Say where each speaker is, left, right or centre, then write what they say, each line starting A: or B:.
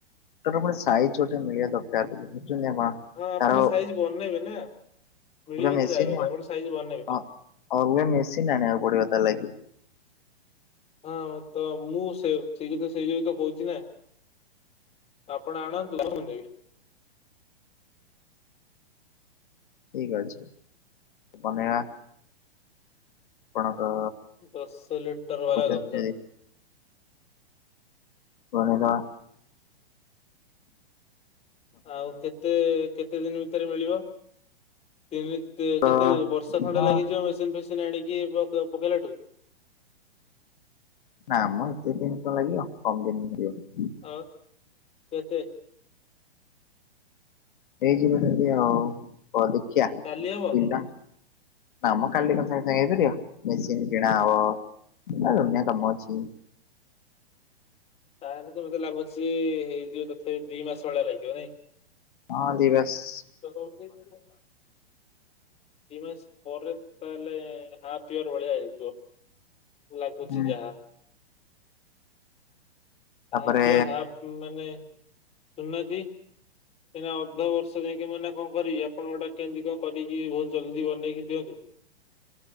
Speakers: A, on the left; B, on the left.
A: ତା ପରେ ସାଇଜ୍ ଛୋଟ ମିଳିବା ଦରକାର ବୁଝୁଛନ୍ତି ଆପଣ?
B: ହଁ ଆପଣ
A: କାର
B: ସାଇଜ ବନେଇବେ ନା ମିଳିବ
A: ମେସି
B: ତ ଯାହାବି
A: <unintelligible>
B: ହେଲେ ଆପଣ
A: ଅଲଗା
B: ସାଇଜ ବନେଇବେ।
A: ମେସିନ୍ ଆଣିବାକୁ ପଡିବ ତା ଲାଗି।
B: ହଁ, ତ ମୁଁ ସେ ସେଇ ଯେତ ସେଇ ଯତ କହୁଛି ନା। <unintelligible> ଆପଣ ଆଣନ୍ତୁ କଣି
A: ଠିକ ଅଛି। ବନେଇବା। ଆପଣଙ୍କ
B: ଦଶ ଲିଟର ବାଲା
A: କହୁଛନ୍ତି
B: ଦରକାର।
A: ଯଦି କରେଇଦେବା।
B: ଆଉ କେତେ କେତେ ଦିନ ଭିତରେ ମିଳିବ ତିନି?
A: ତ
B: କେତେ ବର୍ଷେ ଖଣ୍ଡ
A: ହଁ
B: ଲାଗିଯିବ ମେସିନ ଫେସିନ୍ ଆଣିକି ପକେଇଲାଠୁ?
A: ନା ମ ଏତେ ଦିନ କଣ ଲାଗିବ କମ ଦିନ ଲାଗିବ।
B: ତ କେତେ?
A: ହେଇଯିବା ସେଠି ଆଉ କଣ ଦେଖିଆ।
B: କାଲି ହବ?
A: <unintelligible> ନାମ କାଲି କ ସାଙ୍ଗେ ସାଙ୍ଗେ ହେଇରି ମେସିନ୍ କିଣା ଆବ <unintelligible> ଆ ଦୁନିଆ କାମ ଅଛି।
B: ତାହେଲେ ତ ମତେ ଲାଗୁଛି ହେଇଯିବ ତଥାପି ଦି ମାସ ଭଳିଆ ଲାଗିବ ନାଇଁ।
A: ଅଲ୍ ଦି ବେଷ୍ଟ୍
B: ତ <unintelligible>
A: <inaudible>
B: ମେ ମାସ୍ ପରେ ତାହଲେ ହାଫ ଇଅର୍ ଭଳିଆ ହେଇଥିବ। ଲାଗୁଛି
A: ଲାଗି
B: ଯାହା।
A: ତାପରେ
B: ହପ ଇଅର୍ ହପ ମାନେ ସୁଣୁନାହାନ୍ତି କାଁହିକିନା ଅଧ ବର୍ଷ ଯାଇକି ମୁଁ ଏଇନା କଣ କରିବି ଆପଣ ଗୋଟା କେମିତି କ କରିକି ବହୁତ ଜଲ୍ଦି ବନେଇି ଦିଅନ୍ତୁ।